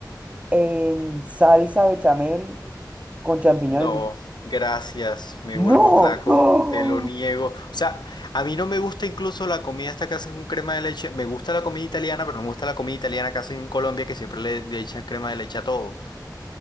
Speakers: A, on the right; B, on the left.
A: en salsa bechamel con champiñones.
B: No, gracias, me
A: ¡No!
B: vuelvo flaco,
A: ¡No!
B: te lo niego. O sea, a mí no me gusta incluso la comida esta que hacen con crema de leche. Me gusta la comida italiana, pero no me gusta la comida italiana que hacen en Colombia, que siempre le, le echan crema de leche a todo.